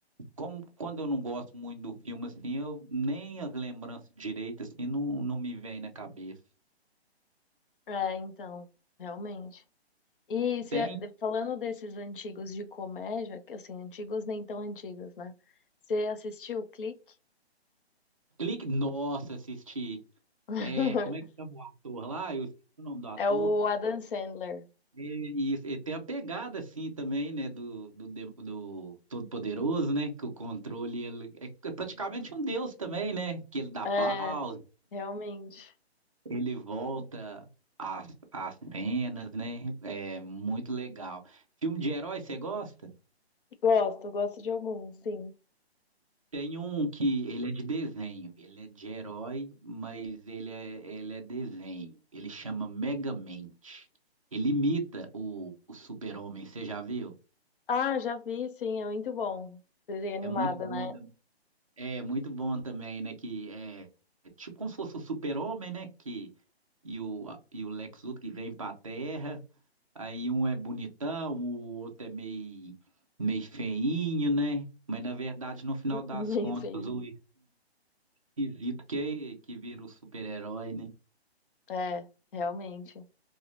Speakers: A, on the right; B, on the left.
A: como, quando eu não gosto muito do filme, assim, eu nem as lembranças direitas, assim, não, não me vem na cabeça.
B: É, então, realmente. E cê-
A: Tem
B: de- falando desses antigos de comédia, que assim, antigos nem tão antigos, né? Você assistiu o Clique?
A: clique. Nossa, assisti.
B: <laughs>
A: É, como é que chama o ator lá? Eu esqueci o nome do ator.
B: É o Adam Sandler.
A: É, E, isso, e tem a pegada, assim, também, né? Do, do, de- do Todo-Poderoso, né? Que o controle ele é é praticamente um deus também, né? Que ele dá
B: É,
A: pausa.
B: realmente.
A: Ele volta às, às cenas, né? É muito legal. Filme de herói, você gosta?
B: Gosto, gosto de alguns, sim.
A: Tem um que ele é de desenho. Ele é de herói, mas ele é, ele é desenho. Ele chama Megamente. Ele imita o, o Super-Homem, você já viu?
B: Ah, já vi, sim, é muito bom. Desenho animado,
A: É muito bom,
B: né?
A: tam- é muito bom também, né? Que é, é tipo como se fosse o Super-Homem, né? Que, e o, a- e o Lex Luthor que vem para a Terra. Aí um é bonitão, o outro é meio, meio feinho, né? Mas na verdade, no final
B: <laughs>
A: das
B: Meio
A: contas,
B: feinho.
A: o esquisito que é que vira o super-herói, né?
B: É, realmente.